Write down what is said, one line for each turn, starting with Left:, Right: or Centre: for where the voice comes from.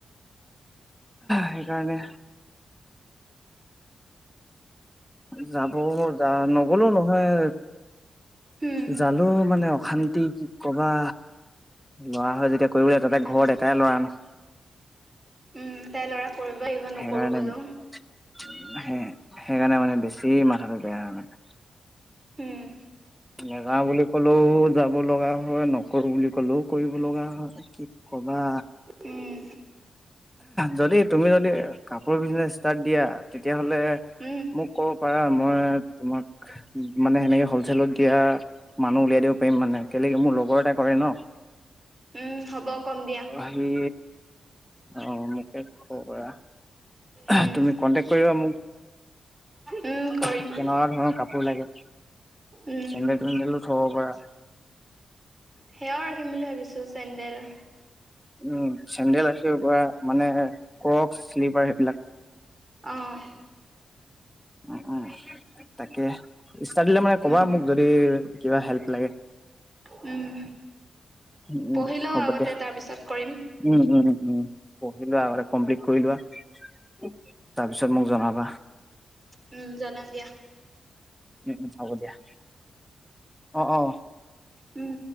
Centre: সেইকাৰণে যাব যা নগলেও নহয়
Right: উম।
Centre: জালো মানে অশান্তি কি কবা লৰা হয় যেতিয়া। কৰিবলৈ তাতে ঘৰত
Right: আচ্ছা,
Centre: এটাই ল'ৰা ন।
Right: উম তাই ল'ৰা- কৰিব আহিব নকৰো
Centre: সেইকাৰণে
Right: ক'লো
Centre: সে- সেইকাৰণে মানে বেছি মাথাটো বেয়া হয় মান।
Right: হম।
Centre: নেগাও বুলি ক'লেও যাব লগা হয় ন- কৰো বুলি কলও কৰিব লগা হয় কি কবা।
Right: উম।
Centre: যদি তুমি যদি কাপোৰ বিজনেচ ষ্টাৰ্ট দিয়া তেতিয়াহ'লে
Right: উম,
Centre: মোক কক- পাৰা মই তোমাক মানে সেনেকে হলচেলত দিয়া মানুহ উলিয়াই দিব পাৰিম মানে- মোৰ লগৰ এটা কৰে ন-
Right: উম, হ'ব কম দিয়া
Centre: আহি অ মোকে কব পৰা-
Right: উম,
Centre: তুমি কন্টেকট কৰিবা মোক।
Right: উম, কৰিম
Centre: ত কেনেকুৱা ধৰণৰ কাপোৰ লাগে
Right: উম।
Centre: চেণ্ডেল থেডেলো থক- বা-
Right: সেয়াও ৰাখিম বুলি ভাবিছো চেডেল।
Centre: উম চেডেল আছে বা মানে কক শ্লিপাৰ সেইবিলাক-
Right: আহঁ।
Centre: অঁ অঁ। তাকে ষ্টাৰ দিলে মানে ক'বা
Right: উম,
Centre: মোক যদি কিবা হেল্প লাগে।
Right: উম।
Centre: উম উম
Right: পঢ়ি লওঁ
Centre: হ'ব
Right: আগতে
Centre: দিয়া
Right: তাৰপিছত কৰিম,
Centre: উম উম উম উম। পঢ়ি লোৱা আৰু কমপ্লিট কৰি লোৱা তাৰ পিছত মোক জনাবা-
Right: উম জনাম দিয়া।
Centre: উম উম হ'ব দিয়া অ অ।
Right: উম।